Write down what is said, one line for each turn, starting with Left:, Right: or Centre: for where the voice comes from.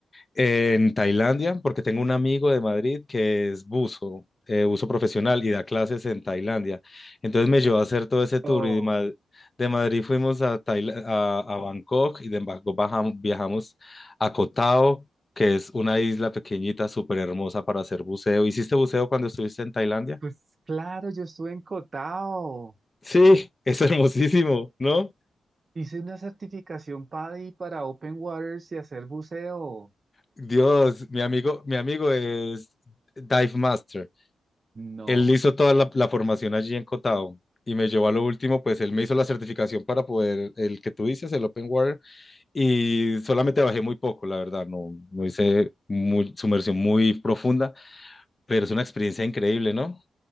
Left: en Tailandia, porque tengo un amigo de Madrid que es buzo, eh, buzo profesional y da clases en Tailandia. Entonces me llevó a hacer todo ese tour
Right: Oh,
Left: y de, Ma- de Madrid fuimos a, Taila- a, a Bangkok y de Bangkok bajam- viajamos a Koh Tao, que es una isla pequeñita, súper hermosa para hacer buceo. ¿Hiciste buceo cuando estuviste en Tailandia?
Right: pues claro, yo estuve en Cotao.
Left: Sí, es hermosísimo, ¿no?
Right: Hice una certificación PADI para Open Waters y hacer buceo.
Left: Dios, mi amigo, mi amigo es Dive Master.
Right: No,
Left: Él hizo toda la, la formación allí en Cotao y me llevó a lo último, pues él me hizo la certificación para poder, el que tú dices, el Open Water, y solamente bajé muy poco, la verdad, no, no hice muy, sumersión muy profunda, pero es una experiencia increíble, ¿no?